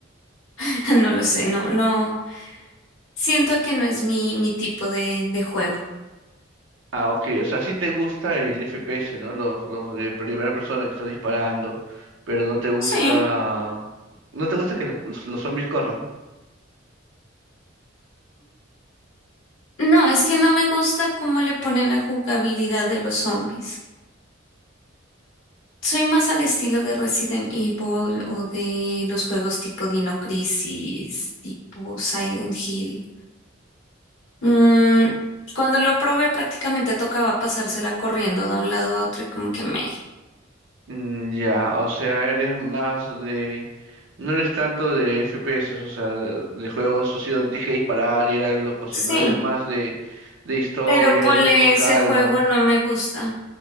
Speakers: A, on the left (about 75°); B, on the right (about 70°).
A: <laughs> No lo sé, no, no. Siento que no es mi, mi tipo de, de juego.
B: Ah, ok, o sea, sí te gusta el FPS, ¿no? Los, los de primera persona que estás disparando, pero no te gusta...
A: Sí.
B: No te gusta que los, los los zombies corran.
A: No, es que no me gusta cómo le ponen la jugabilidad de los zombies. Soy más al estilo de Resident Evil o de los juegos tipo Dino Crisis, tipo Silent Hill. Mm, cuando lo probé prácticamente tocaba pasársela corriendo de un lado a otro y como que me...
B: Mm, Ya, o sea, eres más de... No eres tanto de FPS, o sea, de, de juegos así donde tienes que disparar, ir a loco, sino
A: Sí,
B: eres más de, de historia,
A: pero ponle
B: de ir con
A: ese
B: calma.
A: juego no me gusta.